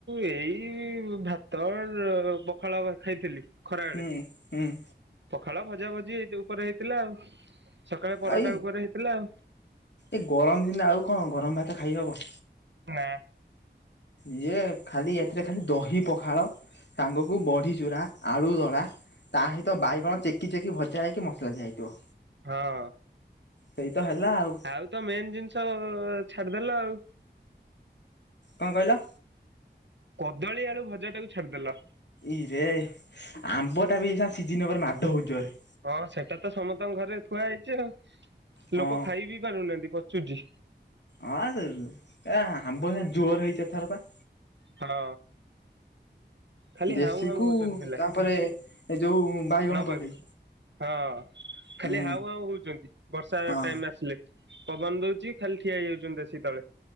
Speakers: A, on the right (about 75°); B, on the left (about 70°).
A: ଏଇ ଭାତ ପଖାଳ ଭାତ ଖାଇଥିଲି। ଖରାବେଳେ
B: ହୁଁ ହୁଁ
A: ପଖାଳ ଭଜା ଭଜି ଉପରେ ହେଇଥିଲା ଆଉ। ସକାଳେ ପରଟା
B: ଆଉ
A: ଉପରେ ହେଇଥିଲା ଆଉ।
B: ଏଇ ଗରମ ଦିନେ ଆଉ କଣ ଗରମ ଭାତ ଖାଇହବ।
A: ନାଁ।
B: ଇଏ ଖାଲି ଏଥିରେ ଖାଲି ଦହି ପଖାଳ। ସାଙ୍ଗକୁ ବଢ଼ି ଚୁରା ଆଳୁ ଦଳା। ତା ସହିତ ବାଇଗଣ ଚେକି ଚେକି ଭଜା ହେଇକି ମସଲା ଦିଆ ହେଇଥିବ।
A: ହଁ।
B: ସେଇ ତ ହେଲା ଆଉ।
A: ଆଉ ତ ମେନ୍ ଜିନିଷ ଛାଡିଦେଲ ଆଉ।
B: କଣ କହିଲ?
A: କଦଳୀ ଆଳୁ ଭଜା ଟାକୁ ଛାଡିଦେଲ।
B: ଇରେ ଆମ୍ବ ଟା ବି ସିଝିନ ଉଏ ମାଡ଼ ହଉଛି ବୋଧେ।
A: ହଁ ସେଟା ତ ସମସ୍ତଙ୍କ ଘରେ ଥୁଆ ହେଇଛି ଆଉ
B: ହଁ
A: ଲୋକ ଖାଇ ବିି ପାରୁନାହାଁନ୍ତି ପଚୁଛି
B: ହଁ ହୋଉ ଆମ୍ବ ଜୋର ହେଇଛ ଏଥର ପା।
A: ହଁ। ଖାଲି
B: ଦେଶୀ
A: ହାଉଁ ହାଉଁ
B: କୁ
A: ହଉଛନ୍ତି ପିଲା
B: ତାପରେ ଏ ଯୋଉ ବାଇଗଣ
A: ନବାକୁ
B: ପଲେଇ
A: ହଁ ଖାଲି
B: ହୁଁ
A: ହାଉ ହାଉ ହଉଛନ୍ତି ବର୍ଷା
B: ହଁ
A: ଟାଇମ୍ ଆସିଲେ। ପବନ ଦଉଛି ଖାଲି ଠିଆ ହେଇଯାଉଛନ୍ତି <unintelligible> ତଳେ।